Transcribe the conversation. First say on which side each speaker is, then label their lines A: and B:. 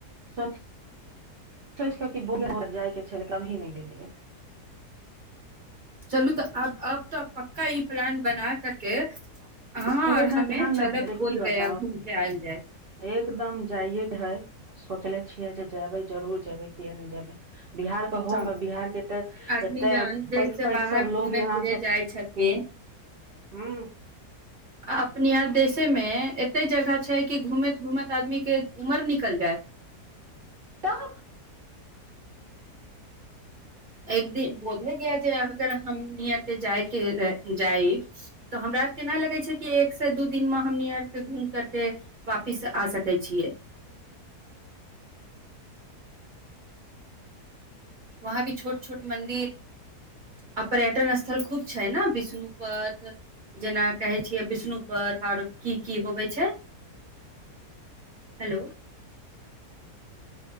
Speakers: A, on the right (about 70°); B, on the right (about 40°).
A: स सोचिकऽ क बूढ़े ब जाय के छै छल कभी नहि गेलिय
B: चलू तऽ आब अब तो पक्का ई प्लान बना करक ह
A: स्कूल
B: और
A: मे
B: हमे
A: तेहन
B: चरब
A: ने भेलै
B: बोध
A: की बताउ
B: गया घूम के आयल जा
A: एकदम जाइएके है सोचले छियै जे जेबै जरूर जेबै किए नहि जेब बिहारके होक
B: त
A: बिहारके तऽ
B: आदमी
A: एते
B: जहन देश
A: पैघ
B: से
A: पैघ
B: बाहर
A: सब
B: घूमे
A: लोग यहाँ
B: फिरे
A: स
B: जाइ छथिन
A: ह
B: आ अप आ देशेमे एते जगह छै कि घूमैत घूमैत आदमीके उमर निकल जाय
A: तऽ
B: एक दिन बोधे गया जे अगर हम नरके जायके रह जा तऽ हमरा आर के एना लगै छै कि एक से दू दिनमे हमनी आरके घूम करक वापिस आ सकै छिय वहाँ भी छोट छोट मन्दि आ पर्यटन स्थल खूब छै ने विष्णुप जेना कहै छियै विष्णुपथ ओर की की होबै छ हेल